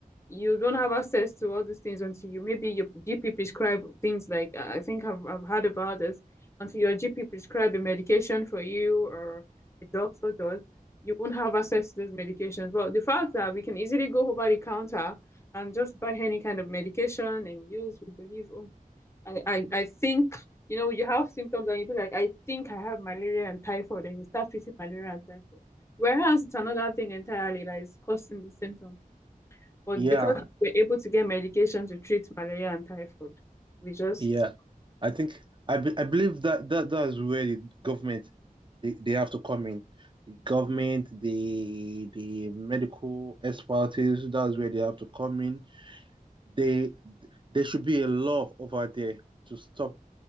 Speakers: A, on the left; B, on the right.
A: you don't have access to all these things until you maybe your GP prescribe things like uh, I think I've, I've heard about this until your GP prescribe a medication for you or a doctor does, you won't have access to those medications. But the fact that we can easily go over the counter and just buy any kind of medication and use, we believe, oh, I, I, I think, you know, you have symptoms and you be like, I think I have malaria and typhoid, and you start treating malaria and typhoid. Whereas it's another thing entirely that is causing the symptom. But
B: Yeah,
A: because we're able to get medication to treat malaria and typhoid, we just
B: yeah. I think I, be, I believe that, that that's where the government they, they have to come in. The government, the the medical expertise, that's where they have to come in They there should be a law over there to stop